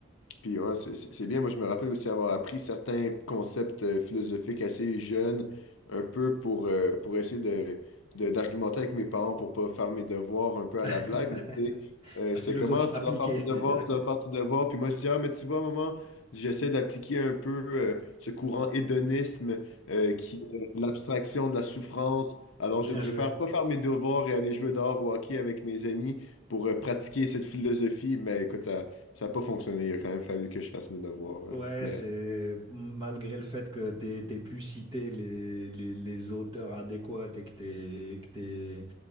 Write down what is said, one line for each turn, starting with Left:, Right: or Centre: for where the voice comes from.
Left: puis ouais, c'est c'est- c'est bien. Moi, je me rappelle aussi avoir appris certains concepts euh, philosophiques assez jeunes, un peu pour, euh, pour essayer de, de- d'argumenter avec mes parents pour pas faire mes devoirs un peu
Right: <laughs>
Left: à la blague. Mais tu sais, euh,
Right: La
Left: j'étais
Right: philosophie
Left: comme, Ah,
Right: appliquée.
Left: tu dois faire tes devoirs,
Right: <laughs>
Left: tu dois faire tes devoirs. Puis moi, je dis, ah, mais tu vois, maman, j'essaie d'appliquer un peu euh, ce courant hédonisme euh, qui est l'abstraction de la souffrance. Alors,
Right: Bien
Left: je ne préfère
Right: joué.
Left: pas faire mes devoirs et aller jouer dehors au hockey avec mes amis pour euh, pratiquer cette philosophie. Mais écoute, ça. Ça n'a pas fonctionné. Il a quand même fallu que je fasse mes devoirs.
Right: Ouais,
Left: euh, Mais
Right: c'est malgré le fait que t'aies t'aies pu citer les, les, les auteurs adéquats et que t'aies et que t'aies-